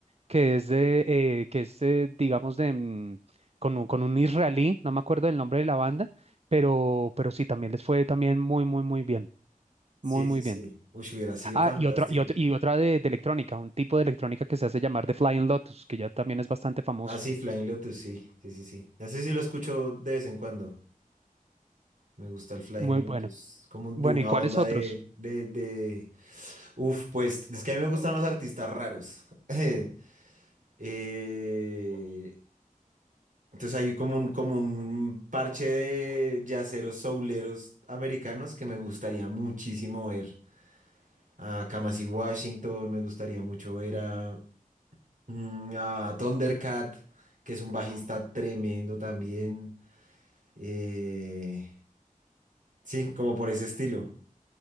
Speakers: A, on the right (about 45°); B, on the right (about 65°).
A: que es de, eh, que es, eh, digamos, de, mm, con, un- con un israelí, no me acuerdo del nombre de la banda, pero, pero sí, también les fue también muy, muy, muy bien,
B: Sí,
A: muy, muy
B: sí, sí.
A: bien.
B: Uy, hubiera sido
A: Ah,
B: fantástico.
A: y otra, y otra, y otra de, de electrónica, un tipo de electrónica que se hace llamar The Flying Lotus, que ya también es bastante famoso.
B: Ah, sí, Flying Lotus, sí, sí, sí, sí. Ese sí lo escucho de vez en cuando. Me gusta el Flying
A: Muy
B: Lotus,
A: bueno.
B: como de
A: Bueno,
B: una
A: ¿y cuáles
B: onda
A: otros?
B: de, de, de... Uf, pues es que a mí me gustan los artistas raros. <laughs> Eh, entonces hay como un, como un parche de yaceros souleros americanos que me gustaría muchísimo ver. A Kamasi Washington, me gustaría mucho ver a, mm, a Thundercat, que es un bajista tremendo también. Eh, sí, como por ese estilo.